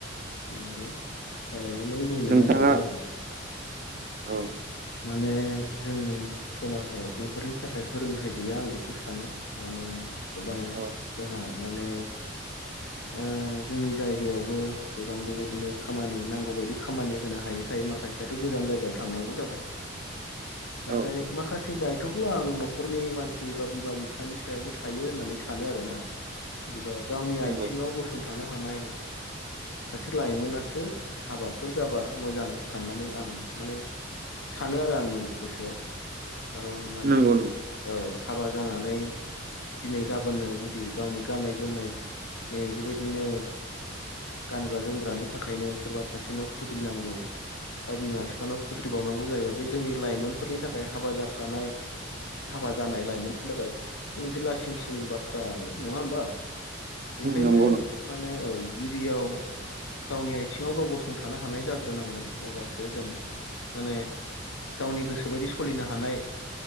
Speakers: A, on the left; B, on the right.
A: नंगौ थारैनो नों बुंनाया
B: नोंथाङा
A: नंगौ आरोना
B: औ
A: माने जोंनि समाजाव बेफोरनि थाखाय फोरोंथाइ गैया आं बेखौ सानो माने गोबां
B: औ
A: जोंहा माने ओ जोंनि जायगायावबो गोबां बेबायदिनो खामानि नांगौबायायदि खामानि होनो हायैखाय माखासेयाथ' गोजान जायगायाव थांनांगौ जाबाय। नाथाय
B: औ
A: माखासे सै दायथ'खौ आं न'खरनि मानसि बा बिमा-बिफानि सायावबो थायो होननानै सानो आरोना जुदिबा गावनि
B: नंगौ
A: आथिङाव गसंथान थानो हानाय सासे लाइमोनासो हाबाफोर जाबा मोजां साननानै आं माने सानो आरो आंनि गोसोआव खारन माने
B: नंगौ नोंथां
A: औ हाबा जानानै दिनै गाबोननो जुदि गावनि गाननाय जोमनाय बेबायदिनो गानग्रा जोमग्रानि थाखायनो सोरबा सासेनाव खुद्रिनांगौ बा बिमा-बिफानाव खुद्रिबावनां गौ जायोबा बे जोंनि लाइमोनफोरनि थाखाय हाबा जाखानाय हाबा जानाय लाइमोनफोरनि थाखाय बे मोनसे लासिंसिं बाथ्रा आरो नङा होमबा। बेखायनो
B: नंगौ नोंथां
A: माने औ गिबियाव गावनि आथिङाव गाव गसंथानो हानाय जाग्रोनांगोन अब्लासो जों माने गावनि गोसो बायदि सलिनो हानाय